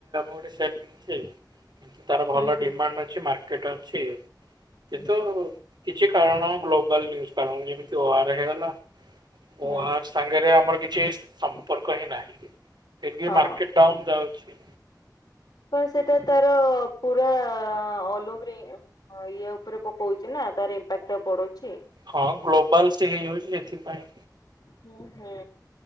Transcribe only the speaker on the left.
ହୁଁ ହୁଁ
ହୁଁ
ହୁଁ
ହଁ।
କଣ ସେଟା ତାର ପୁରା ଅଲଓଭର୍। ହଁ ଇଏ ଉପରେ ପକଉଛି ନା ତାର ଇମ୍ପାକ୍ଟ ଟା ପଡୁଛି।
ହୁଁ ହୁଁ।